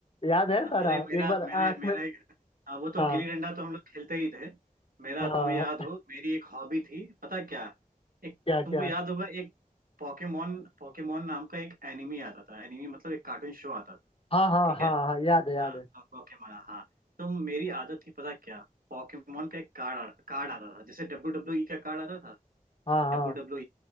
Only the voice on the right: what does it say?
अरे
मेरा
मेरे
मेरा
एक हाँ, वो तो
गिल्ली डंडा तो हम लोग खेलते ही थे मेरा
तुम्हें याद हो मेरी एक हॉबी थी पता क्या एक
तुमको
याद होगा एक पोकेमोन पोकेमोन नाम का एक एनिमी आता था एनिमी मतलब एक कार्टून शो आता था
ठीक
है
हाँ
तो पोकेमोन हाँ तो मेरी आदत थी पता क्या पोकेमोन का एक कार्ड कार्ड आता था जैसे डब्ल्यू डब्ल्यू ई का कार्ड आता था
डब्ल्यू